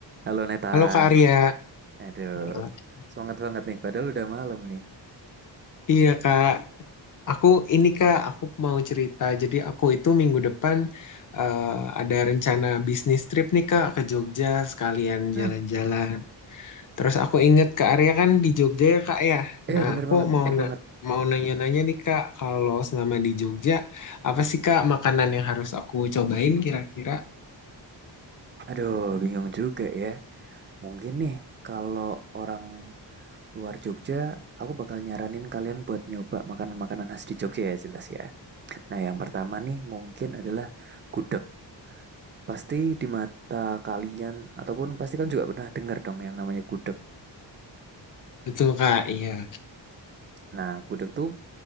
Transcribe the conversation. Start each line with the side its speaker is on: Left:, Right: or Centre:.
Right: Halo Nathan.
Left: Halo Kak Arya,
Right: Aduh,
Left: Ya.
Right: semangat banget nih. Padahal udah malam nih.
Left: iya
Right: Aduh.
Left: Kak, aku ini Kak, aku mau cerita. Jadi aku itu minggu depan eh, ada rencana bisnis trip nih Kak ke Jogja sekalian
Right: Hmm.
Left: jalan-jalan. Terus aku inget Kak Arya kan di Jogja ya Kak ya.
Right: Iya
Left: Nah
Right: bener
Left: aku
Right: banget,
Left: mau
Right: bener
Left: na-
Right: banget.
Left: mau nanya-nanya nih Kak, kalau selama di Jogja apa sih Kak makanan yang harus aku cobain kira-kira?
Right: Aduh, bingung juga ya. Mungkin nih kalau orang luar Jogja, aku bakal nyaranin kalian buat nyoba makanan-makanan khas di Jogja ya jelas ya. Nah yang pertama nih mungkin adalah gudeg. Pasti di mata kalian ataupun pasti kalian juga pernah dengar dong yang namanya gudeg.
Left: Betul Kak, iya.
Right: Nah gudeg tuh